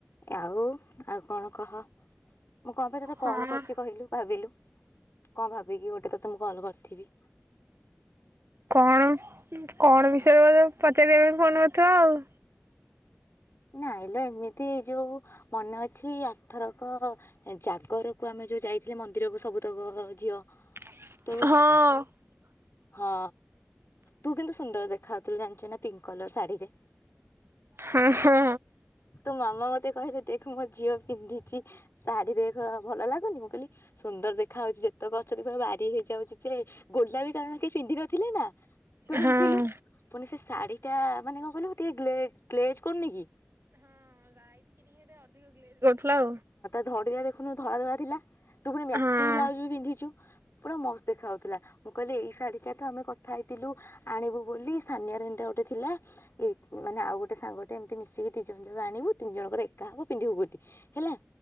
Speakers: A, on the left; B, on the right.
A: ଆଉ ଆଉ କଣ କହ। ମୁଁ କଣ ପାଇଁ ତୋତେ
B: ହଁ
A: କଲ୍ କରିଚି କହିଲୁ ଭାବିଲୁ? କଣ ଭାବିକି ଗୋଟେ ତ ତେ ମୁଁ କଲ କରିଥିବି
B: କଣ କଣ ବିଷୟରେ ବୋଧେ ପଚାରିଆ ପାଇଁ ଫୋନ କରିଥିବ ଆଉ।
A: ନାଇ ଲୋ ଏମିତି ଏ ଯୋଉ ମନେ ଅଛି ଆର୍ଥରକ ଜାଗରକୁ ଆମେ ଯୋଉ ଯାଇଥିଲେ ମନ୍ଦିରକୁ ସବୁତକ ଝିଅ।
B: ହଁ।
A: ତୋର ହଁ ତୁ କିନ୍ତୁ ସୁନ୍ଦର ଦେଖାଉଥିଲୁ ଜାଣିଛୁ ନା ପିଙ୍କ କଲର ଶାଢୀରେ।
B: ହଁ ହଁ
A: ତୋ ମାମା ମତେ କହିଲେ ଦେଖ ମୋ ଝିଅ ପିନ୍ଧିଛି ଶାଢୀ ଦେଖ ଭଲ ଲାଗୁନି ମୁଁ କହିଲି ସୁନ୍ଦର ଦେଖାହାଉଛି ଯେତକ ଅଛନ୍ତି ପୁରା ବାରି ହେଇଯାଉଛି ଯେ ଗୋଲାପୀ କାରଣ କେ ପିନ୍ଧିନଥିଲେ ନା ତୁ ପିନ୍ଧିଥିଲୁ
B: ହଁ।
A: ପୁଣି ସେ ଶାଢ଼ୀଟା ମାନେ କଣ କହିଲୁ ଟିକେ ଗ୍ଲେ ଗ୍ଲେଜ୍ କରୁନି କି?
B: ହାଲୋ।
A: ଧଡ଼ି ଟା ଦେଖନୁ ଧଳା ଧଳା ଥିଲା। ତୁ ପୁଣି ମ୍ୟାଚିଂ
B: ହଁ
A: ବ୍ଲାଉଜ ବି ବିିନ୍ଧିଛୁ। ପୁରା ମସ୍ତ ଦେଖା ହଉଥିଲା ମୁଁ କହିଲି ଏଇ ଶାଢୀ ଟା ତ ଆମେ କଥା ହେଇଥିଲୁ ଆଣିବୁ ବୋଲି ସାନିଆରେ ଏମିତି ଗୋଟେ ଥିଲା ଏ ମାନେ ଆଉ ଗୋଟେ ସାଙ୍ଗଟେ ଏମିତି ମିଶିକି ଦି ଜଣ ଯାକ ଆଣିବୁ ତିନି ଜଣଙ୍କର ଏକା ହବ ପିନ୍ଧିବୁ ଵୋଲି। ହେଲା।